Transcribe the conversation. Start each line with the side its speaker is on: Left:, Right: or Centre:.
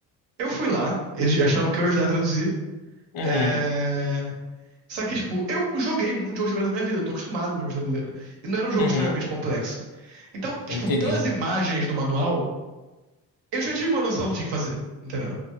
Right: Eu fui lá, eles achavam que eu ia ajudar a traduzir.
Left: Uhum.
Right: É... Só que, tipo, eu joguei muito jogo de tabuleiro na minha vida, eu tô acostumado com jogos de tabuleiro. E não era um jogo
Left: Uhum.
Right: extremamente complexo. Então,
Left: Entendi.
Right: tipo, pelas imagens do manual, Eu já tive uma noção do que tinha que fazer, entendeu?